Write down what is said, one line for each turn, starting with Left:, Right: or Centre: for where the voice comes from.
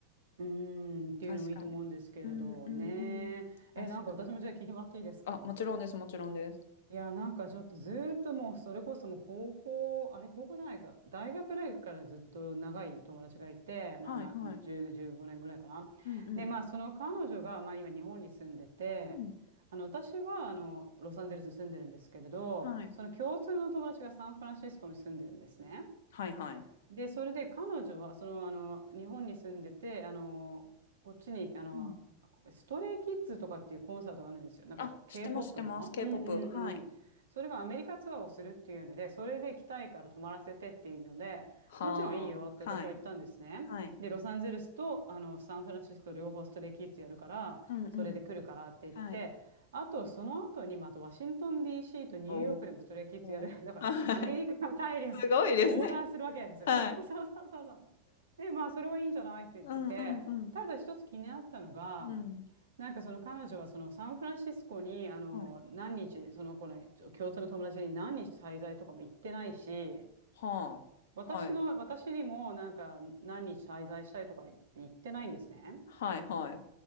Right: うーん、っていうのもいいと思うんですけれどね。
Left: 確かに。うんうんうん。確かに。
Right: え、なんか私もじゃあ聞いてもらっていいですか
Left: あ、もちろんです、もちろんです。
Right: いや、なんかちょっとずーっともう、それこそもう高校、あれ高校じゃないか、大学ぐらいからずっと長い友達がいて、
Left: はいはい。
Right: まあな、10、15年ぐらいかな。
Left: うんうん。
Right: で、まあその彼女が、まあ今日本に住んでて、
Left: うん。
Right: あの、私はあの、ロサンゼルスに住んでるんですけれど、
Left: はい。
Right: その共通の友達がサンフランシスコに住んでるんですね。
Left: はいはい。
Right: で、それで彼女は、その、あの、日本に住んでて、あの、こっちに、あの、
Left: うん。
Right: ストレイキッズとかっていうコンサートがあるんですよ。なんか
Left: あ、
Right: K-POP
Left: 知ってます、知ってます。
Right: の。
Left: K-POP。
Right: うんうんうん。
Left: はい。
Right: それがアメリカツアーをするっていうので、それで来たいから泊まらせてっていうので、
Left: はあ。
Right: もちろんいいよって私は言ったんですね。
Left: はい。はい。
Right: で、ロサンゼルスとあのサンフランシスコ両方ストレイキッズやるから、
Left: うんうん。
Right: それで来るからって言って、
Left: はい。
Right: あとその後にまたワシントン DC とニューヨークでもストレイキッズやる。
Left: おお。
Right: <laughs> だからアメリカ大陸横断するわけですよ。
Left: はい。すごいですね。はい。
Right: <laughs> そうそうそうそう。で、まあ、それはいいんじゃないって言ってて、
Left: うんうんうん。
Right: ただ一つ気になったのが、
Left: うん。
Right: なんかその彼女はそのサンフランシスコに、あの、
Left: はい。
Right: 何日、その子のちょ共通の友達に何日滞在とかも行ってないし、
Left: はあ。
Right: 私の、
Left: はい。
Right: 私にもなんか何日滞在したいとか言ってないんですね。
Left: はいはい。